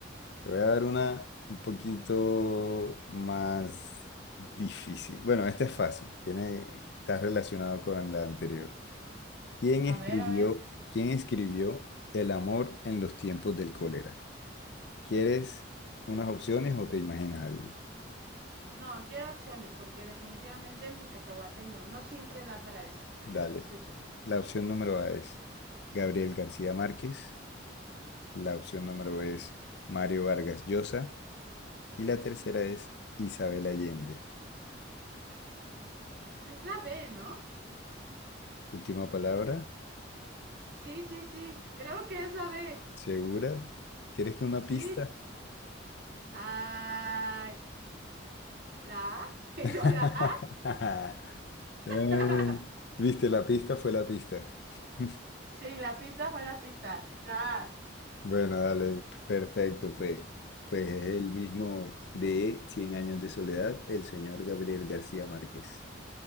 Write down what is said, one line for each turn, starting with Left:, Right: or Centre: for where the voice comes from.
Left: Te voy a dar una un poquito más difícil. Bueno, esta es fácil. Tiene, está relacionado con la anterior. ¿Quién escribió,
Right: A ver, a ver.
Left: quién escribió El amor en los tiempos del cólera? ¿Quieres unas opciones o te imaginas algo?
Right: No, quiero opciones porque definitivamente mi cacahuate no, no siempre da para eso. A
Left: Dale.
Right: ver, te escucho.
Left: La opción número A es Gabriel García Márquez, la opción número B es Mario Vargas Llosa y la tercera es Isabel Allende.
Right: Es la B, ¿no?
Left: Última palabra,
Right: Sí, sí, sí. Creo que es la B.
Left: ¿segura? ¿Quieres que una
Right: Sí.
Left: pista?
Right: Ay, ¿la A? <laughs>
Left: <laughs>
Right: Yo a la A.
Left: Eh,
Right: <laughs>
Left: ¿Viste la pista? Fue la pista. <laughs>
Right: sí, la pista fue la pista. La A.
Left: Bueno, dale, perfecto, fue. Pues es el mismo de Cien años de soledad, el señor Gabriel García Márquez.